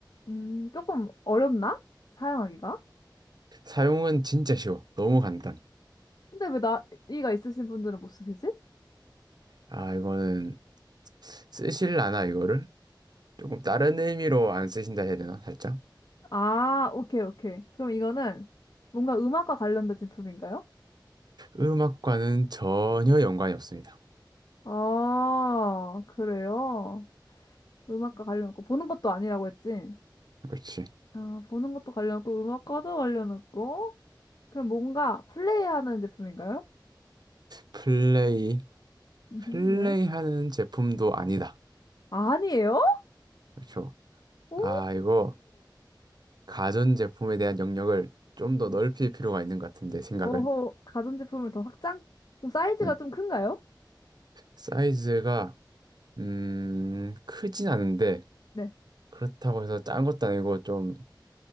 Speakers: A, on the left (about 55°); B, on the right (about 60°).
A: 음, 조금 어렵나? 사용하기가?
B: 사용은 진짜 쉬워. 너무 간단.
A: 근데 왜 나이가 있으신 분들은 못 쓰시지?
B: 아 이거는 쓰실라나 이거를? 조금 다른 의미로 안 쓰신다 해야 되나? 살짝?
A: 아, 오케이, 오케이. 그럼 이거는 뭔가 음악과 관련된 제품인가요?
B: 음악과는 전혀 연관이 없습니다.
A: 아, 그래요? 음악과 관련 없고, 보는 것도 아니라고 했지?
B: 그렇지.
A: 아, 보는 것도 관련 없고, 음악과도 관련 없고, 그럼 뭔가 플레이하는 제품인가요?
B: 플레이
A: 음,
B: 플레이하는
A: 네.
B: 제품도 아니다.
A: 아니에요?
B: 그렇죠.
A: 오,
B: 아 이거 가전제품에 대한 영역을 좀 더 넓힐 필요가 있는 것 같은데, 생각을.
A: 어허, 가전제품을 더 확장? 그럼 사이즈가
B: 음.
A: 좀 큰가요?
B: 사이즈가, 음, 크진 않은데,
A: 네.
B: 그렇다고 해서 작은 것도 아니고 좀,